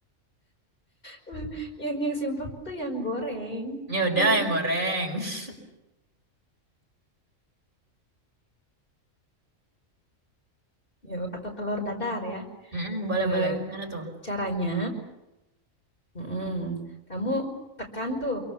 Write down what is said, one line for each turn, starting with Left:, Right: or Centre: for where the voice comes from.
Left: <laughs> Yang yang simpel tuh yang goreng.
Right: Ya udah,
Left: <laughs>
Right: yang goreng. <laughs>
Left: Ya, atau telur dadar ya.
Right: Mm-mm, boleh,
Left: Eh,
Right: boleh. Gimana tuh?
Left: caranya Mm-mm. Kamu tekan tuh,